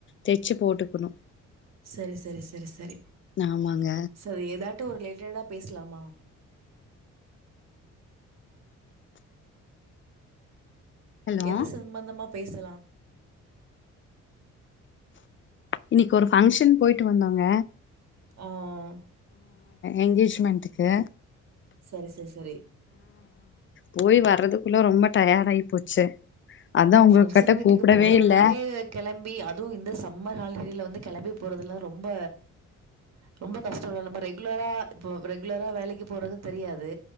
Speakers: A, on the left; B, on the right.
A: தச்சு போட்டுக்கணும்
B: சரி சரி சரி சரி
A: ஆமாங்க
B: சரி ஏதாட்டு ஒரு லெ <unintelligible> பேசலாமா
A: ஹலோ
B: எது சம்பந்தமா பேசலாம்
A: இன்னைக்கு ஒரு பஃங்க்ஷன் போயிட்டு வந்தோங்க
B: ஆஹ்
A: எங்கேஜ்மென்டுக்கு
B: சரி சரி சரி
A: போய் வரறதுக்குள்ள ரொம்ப டயர்ட் ஆயி போச்சு அதா
B: ஆமா
A: உங்ககிட்ட
B: பங்க்ஷன் வீட்டுக்கு
A: கூப்பிடவே
B: போறதுனாலே
A: இல்ல
B: கெளம்பி அதுவும் இந்த சம்மர் ஹால <unintelligible> வந்து கெளம்பி போகறதுலாம் ரொம்ப ரொம்ப கஷ்டம் நம்ம ரெகுலரா இப்போ ரெகுலரா வேலைக்கு போறது தெரியாது